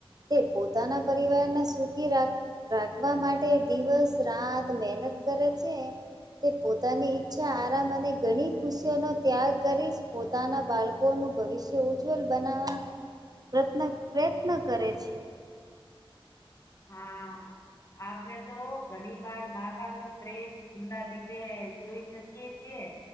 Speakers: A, on the right; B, on the left.
A: તે પોતાના પરિવારના સુખી રાખ રાખવા માટે દિવસ-રાત મહેનત કરે છે. તે પોતાની ઈચ્છા, આરામ અને ઘણી ખુશીઓનો ત્યાગ કરીશ પો પોતાના બાળકોનું ભવિષ્ય ઉજ્જવલ બનાવવા પ્રત્ન પ્રયત્ન કરે છે.
B: હા આપને તો ઘણી વાર માતા નું પ્રેમ ખુલ્લા દિલે જોઈ શકીએ છીએ.